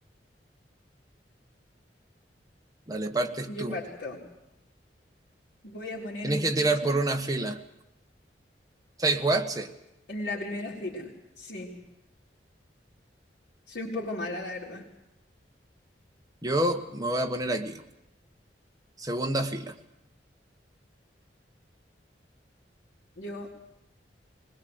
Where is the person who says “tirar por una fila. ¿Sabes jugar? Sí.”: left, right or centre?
Right